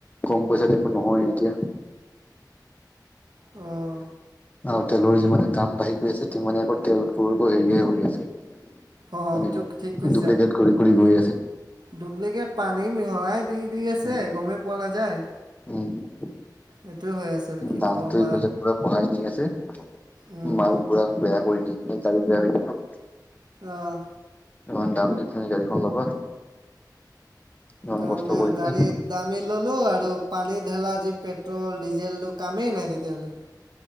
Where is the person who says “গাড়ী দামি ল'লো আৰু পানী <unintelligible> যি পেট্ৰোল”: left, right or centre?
Right